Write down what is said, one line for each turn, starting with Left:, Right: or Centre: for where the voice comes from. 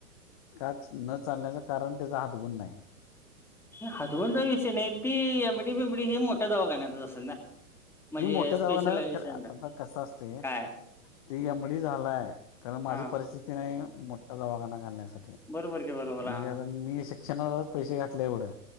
Left: काच न चालण्याचं कारण त्याचा हातगुण नाही.
Centre: हातोून ज विषय नाही ती एमडी बिंबडी हे मोठ्या दवाखान्यात असेल ना.. म्हणजे
Left: ती मोठ्या
Centre: स्पेशलायझेशन
Left: दवाखान्यात आता कस असते.
Centre: काय
Left: ती एम डी झालाय खर, माझी
Centre: हा
Left: परिस्थिती नाही मोठठा दवाखाना घालण्यासाठी.
Centre: बरोबर की बरोबर
Left: म्हणजे
Centre: हा
Left: आता मी शिक्षणालाच पैसे घातले एवढं...